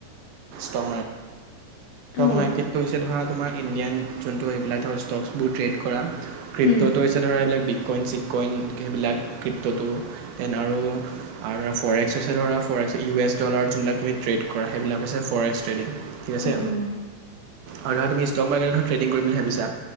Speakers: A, on the right; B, on the left.
A: ধ ষ্টক
B: অ',
A: মাৰ্কেটটো হৈছে ধৰক তোমাৰ ইণ্ডিয়ান যোনটো এইবিলাক ধৰক ষ্টকচবোৰ ট্ৰেড কৰা কৃত্যতটো
B: উম,
A: হৈছে ধৰা এইবিলাক কইন চিক কইন সেইবিলাক কপটো দেন আৰু ফ'ৰে এক্স হৈছে ধৰা forex U S dollar যোনবিলাক তুমি ট্ৰেড কৰা সেইবিলাক হৈছে। ফৰেষ্ট টেডিং দিয়া
B: অ',
A: আছে। আৰু ধৰা তুমি ষ্টকবাৰকে ট্ৰেডিং কৰিম বুলি ভাবিছা।